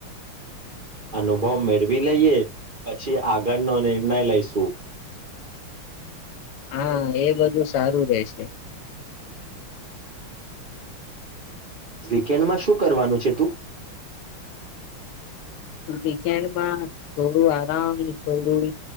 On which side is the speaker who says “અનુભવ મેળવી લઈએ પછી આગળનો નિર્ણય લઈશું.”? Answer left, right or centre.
Right